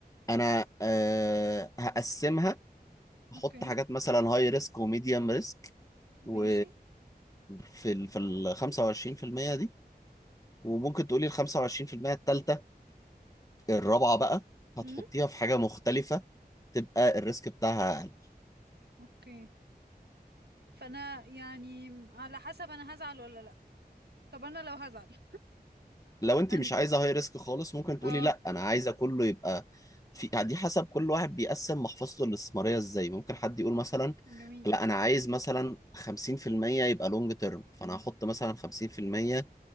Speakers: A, on the left; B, on the right.
A: انا أه هقسمها احط
B: اوكي
A: حاجات مثلا هاي ريسك وميديوم ريسك و
B: ماشي
A: في ال في ال 25% دي وممكن تقولي ال 25% التالتة الرابعة بقى هتحطيها
B: مم،
A: في حاجة مختلفة تبقى الريسك بتاعها أقل
B: اوكي فانا يعني على حسب انا هزعل ولا لا طب انا لو هزعل
A: لو أنت
B: أن...
A: مش عايزة هاي ريسك خالص ممكن تقولي
B: اه
A: لا أنا عايزة كله يبقى في دي حسب كل واحد بيقسم محفظته الاستثمارية إزاي ممكن حد يقول مثلا
B: جميل
A: لا أنا عايز مثلا 50% يبقى لونج تيرم فأنا هحط مثلا 50%